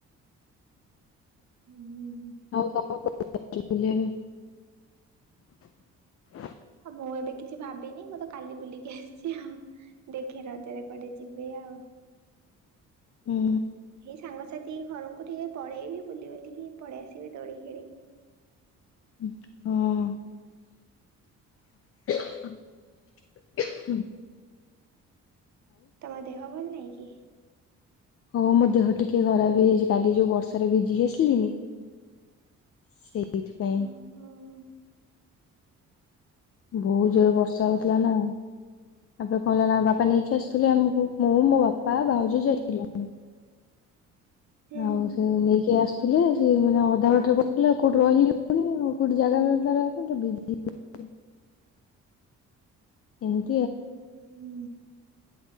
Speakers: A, on the right; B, on the left.
A: ହୁଁ।
B: ଆଉ <inaudible>
A: ଆଉ ମୁଁ ଏବେ କିଛି ଭାବିନି ମୁଁ ତ କାଲି ବୁଲିକି ଆସିଛି। ଆଉ ଦେଖେ ରଜରେ କୁଆଡେ ଯିବି ଆଉ।
B: ହୁଁ
A: ହେ ସାଙ୍ଗ ସାଥ ଥୀ ଘରଙ୍କୁ ଟିକେ ପଲେଇବି ବୁଲି ବୁଲିକି ପଳେଇ ଆସିବି ଦୋଳି ଖେଳିକି।
B: ହଁ। ହ
A: ତୋମ ଦେହ ଭଲ ନାଇଁ? ହି
B: ହଁ ମୋ ଦେହ ଟିକେ ଖରାପ ହେଇଯାଇଚି। କାଲି ଯୋଉ ବର୍ଷାରେ ଭିଜିକି ଆସିଲିନି ସେ ଏଇଥିପାଇଁ
A: ଓହୋ ଆଚ୍ଛା
B: ବହୁତ ଜୋରରେ ବର୍ଷା ହଉଥିଲା ନା। ତାପରେ କଣ ହେଲା ନା ବାପା ନେଇକି ଆସିଥିଲେ ଆମକୁ। ମୁଁ ମୋ ବାପା ଭାଉଜ ଯାଇଥିଲୁ।
A: ହୁଁ
B: ଆଉ ସେ ନେଇକି ସିଏ ଆସୁଥିଲେ ସେ ମାନେ ଅଧା ବାଟରେ ପଥିଲେ ଆଉ କୋଉଠି ରହିବି ହଉଣି ଆ କୋଉଠି ଜାଗା ବି ନଥିଲା ବ <inaudible> ଏମ
A: ହୁଁ।